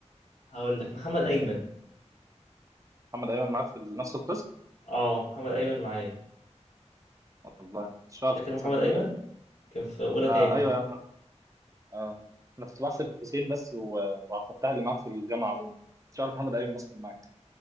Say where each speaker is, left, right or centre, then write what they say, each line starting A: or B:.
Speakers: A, on the left; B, on the right.
A: هقول لك محمد ايمن
B: محمد ايمن معاك في نفس القسم
A: اه محمد ايمن معايا
B: والله مش عارف
A: فاكر محمد
B: تصدق
A: ايمن
B: بقى
A: كان في اولى
B: آه
A: تاني
B: ايوه يا عم آه. انا كنت بحسب حسين بس و... وعبد الفتاح اللي معاك في الجامعه عموما مش عارف محمد ايمن اصلا معاك